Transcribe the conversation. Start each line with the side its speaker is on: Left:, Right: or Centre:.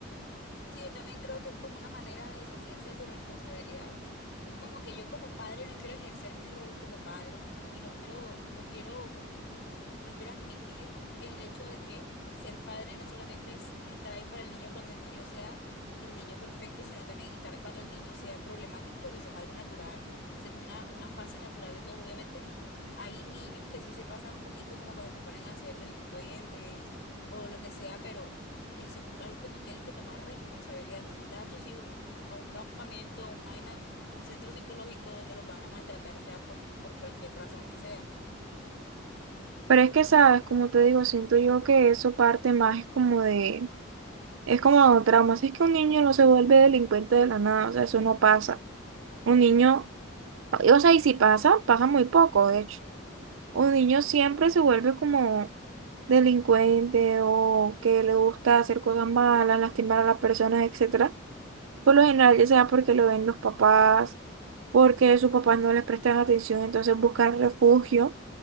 Left: Sí, yo también creo que es como una manera de deshacerse de tus responsabilidades. Es como que yo como padre no quiero ejercer mi rol como padre y no quiero, no quiero no quiero admitir el hecho de que ser padre no solamente es estar ahí para el niño cuando el niño sea el niño perfecto, sino también estar cuando el niño sea problemático, porque eso es algo natural, eso es una, una fase natural de todos. Obviamente, hay niños que sí se pasan un poquito como cuando se ponen a ser delincuentes o lo que sea, pero eso es algo que tú tienes que tomar responsabilidad, no mandar a tus hijos a un campamento, a una vaina, un centro psicológico donde los van a maltratar, sea por, por cualquier razón que sea.
Right: Pero es que, sabes, como te digo, siento yo que eso parte más es como de, es como traumas, es que un niño no se vuelve delincuente de la nada, o sea, eso no pasa. Un niño, o sea, y si pasa, pasa muy poco, de hecho. Un niño siempre se vuelve como delincuente o que le gusta hacer cosas malas, lastimar a las personas, etcétera. Por lo general, ya sea porque lo ven los papás, porque sus papás no les prestan atención, entonces buscan refugio